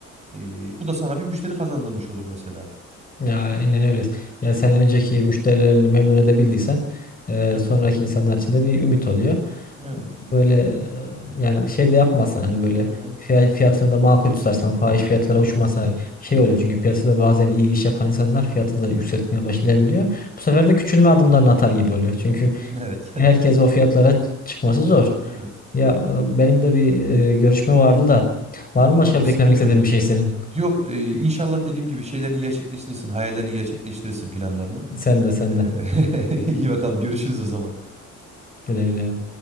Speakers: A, on the right; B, on the left.
A: E, bu da sana bir müşteri kazandırmış olur mesela.
B: Ya aynen öyle. Ya sen önceki müşterilerini memnun edebildiysen e,
A: Hı hı.
B: sonraki insanlar için de bir ümit oluyor.
A: Evet.
B: Böyle e, yani şey de yapmasan hani böyle
A: Hı hı.
B: fiya- fiyatını da makul tutarsan fahiş fiyatlara
A: Hı hı.
B: uçmasan hani şey oluyor çünkü piyasada bazen iyi iş yapan insanlar fiyatı da yükseltmeye başlayabiliyor.
A: Hı hı.
B: Bu sefer de küçülme adımlarını atar
A: Evet.
B: gibi oluyor. Çünkü
A: Evet. <laughs>
B: herkes o fiyatlara çıkması zor.
A: Evet.
B: Ya e, benim de bir e, görüşme vardı da var mı
A: Anladım.
B: başka
A: Sıkıntı
B: beklemek istediğin
A: yok.
B: bir şey senin?
A: Yok, e, inşallah dediğim gibi şeylerini gerçekleştirirsin, hayallerini gerçekleştirirsin, planlarını.
B: Sen de sen
A: E,
B: de.
A: <laughs> iyi bakalım. Görüşürüz o zaman.
B: Güle güle.